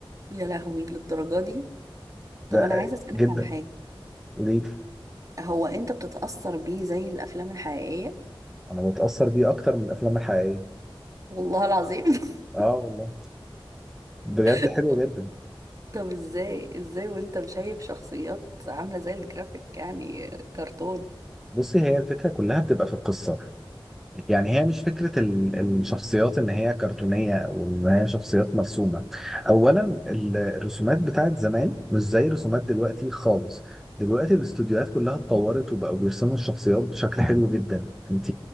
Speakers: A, on the right; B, in the centre.
A: يا لهوي للدرجه دي طب انا
B: ده
A: عايزه اسالك
B: جدا
A: على حاجه
B: ليه؟
A: هو انت بتتاثر بيه زي الافلام الحقيقيه
B: انا بتاثر بيه اكتر من الافلام الحقيقيه
A: والله العظيم <laughs>
B: اه والله بجد
A: طب
B: حلو جدا
A: طب ازاي ازاي وانت شايف شخصيات عامله زي الجرافيك يعني كرتون
B: بصي هي الفكره كلها بتبقى في القصه يعني هي مش فكره ال- الشخصيات ان هي كرتونيه او ان هي شخصيات مرسومه اولا ال- الرسومات بتاعت زمان مش زي الرسومات دلوقتي خالص دلوقتي الاستوديوهات كلها اتطورت وبقوا بيرسموا الشخصيات بشكل حلو جدا انت